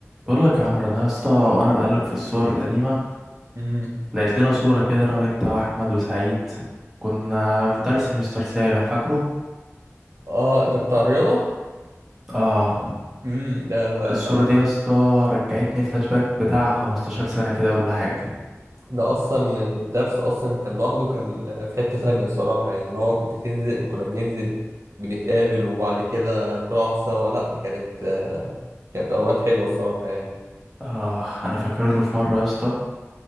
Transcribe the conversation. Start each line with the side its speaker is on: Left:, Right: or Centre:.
Centre: بقول لك يا عمرو انا يا اسطى وانا بقلب في الصور القديمه
Right: امم
Centre: لقيت لنا صوره كده انا وانت واحمد وسعيد كنا في درس مستر سامح فاكره
Right: اه ده بتاع الرياضة
Centre: اه
Right: امم ده
Centre: الصوره
Right: يا لهوي
Centre: دي يا اسطى رجعتني فلاش باك بتاع 15 سنه كده ولا حاجه
Right: ده اصلا الدرس اصلا كان لوحده كان في حتة ثانية الصراحة يعني اللي هو كنت تنزل كنا بننزل بنتقابل وبعد كده نروح سوا لا دي كانت آه، كانت اوقات حلوة الصراحة يعني
Centre: اه انا فاكر له في مره يا اسطى